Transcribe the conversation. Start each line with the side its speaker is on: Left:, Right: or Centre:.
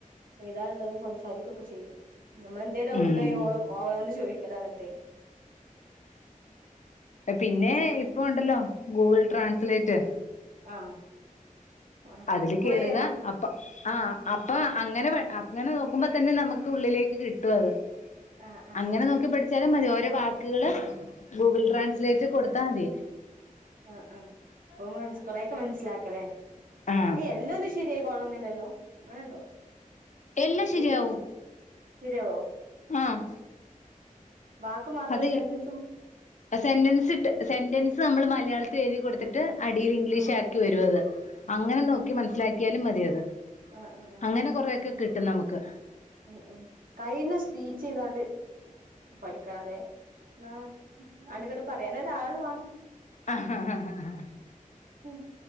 Right: എയ്താൻള്ളതും സംസാരിക്കൊക്കെ ചെയ്യും. നമ്മളെന്തേ ഡൗട്ട്ണ്ടേയ്
Left: ഉം
Right: ഓളോട് ചോയ്ക്കലാ ന്നിട്ട്
Left: പിന്നെ ഇപ്പൊണ്ടല്ലോ ഗൂഗിൾ ട്രാൻസ്ലേറ്റ്
Right: ഉം ആഹ് ആഹ്
Left: അതില്
Right: പോയേ
Left: കേറുക
Right: ആഹ്
Left: അപ്പ ആഹ് അപ്പ അങ്ങനെ അങ്ങനെ നോക്കുമ്പോ തന്നെ നമുക്ക് ഉള്ളിലേക്ക് കിട്ടും അത്
Right: ആഹ് ആഹ്
Left: അങ്ങനെ നോക്കി പട് ചാലും മതി ഓരോ വാക്ക്കള് ഗൂഗിൾ ട്രാൻസ്ലേറ്റ് കൊടുത്താ മതി.
Right: ആ ആഹ് അപ്പൊ മനസ് കൊറേക്കെ മനസ്സിലാക്കലെ
Left: ആഹ്
Right: ഏയ് എല്ലാന്നും ശരിയായി കൊള്ളൊന്നില്ലല്ലോ അങ്ങനെണ്ടോ
Left: എല്ലാം
Right: <unintelligible>
Left: ശരിയാവും
Right: സെര്യാവോ
Left: ആഹ്
Right: വാക്ക് മാത്രം
Left: അത്
Right: സെന്റെൻസും
Left: സെന്റൻസ് ഇട്ട് സെന്റൻസ് നമ്മൾ മലയാളത്തി എയ്തി കൊട്ത്തിട്ട് ട്ട് അടീൽ ഇംഗ്ലീഷ്
Right: ആഹ്
Left: ആക്കി വരുഅത് അങ്ങനെ
Right: ആഹ്
Left: നോക്കി മനസ്സിലാക്കിയാലും മതിയത്.
Right: ആഹ് ആഹ് ആഹ്
Left: അങ്ങനെ
Right: ആഹ്
Left: കൊറെക്കെ കിട്ടും നമുക്ക്
Right: ഉം ഉം കയ്ണ സ്പീച്ച്യ്താണ്ട് പഠിക്കണല്ലേ ആ ആണ്ടും ഇങ്ങട്ടും പറീനരാളുമാണം
Left: ആ ഹ ഹ
Right: ഉം